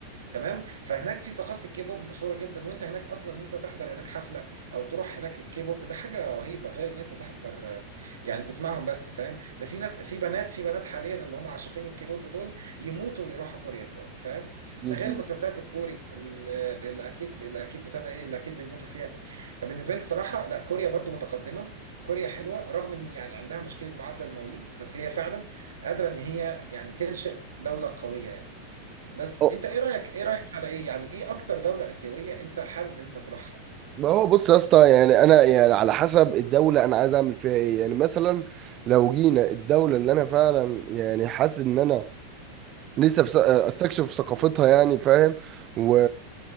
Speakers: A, on the right (about 65°); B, on the right (about 35°).
A: تمام فهناك في ثقافه الكيبوب مشهوره جدا وانت هناك اصلا ان انت تحضر هناك حفله او تروح هناك للكيبوب ده حاجه رهيبه غير ان انت تحضر آه، يعني تسمعهم بس فاهم ده في ناس في بنات في بنات حاليا اللي هم عاشقين الكيبوب دول يموتوا ويروحوا كوريا دلوقتي فاهم
B: جديد
A: ده غير مسلسلات الكوري اللي اللي اكيد اللي اكيد بتاع ده ايه اللي اكيد بيموتوا فيها فبالنسبه لي الصراحه لا كوريا برضو متقدمه كوريا حلوه رغم ان يعني عندها مشكله معدل المواليد بس هي فعلا قادره ان هي يعني تنشئ دوله قويه يعني بس
B: أه،
A: انت ايه رايك ايه رايك بتاع ده ايه يعني ايه اكتر دوله اسيويه انت حابب ان انت تروحها
B: ما هو بص يا اسطى يعني انا يعني على حسب الدوله انا عايز اعمل فيها ايه يعني مثلا لو جينا الدوله اللي انا فعلا يعني حاسس ان انا لسه بس... استكشف ثقافتها يعني فاهم و...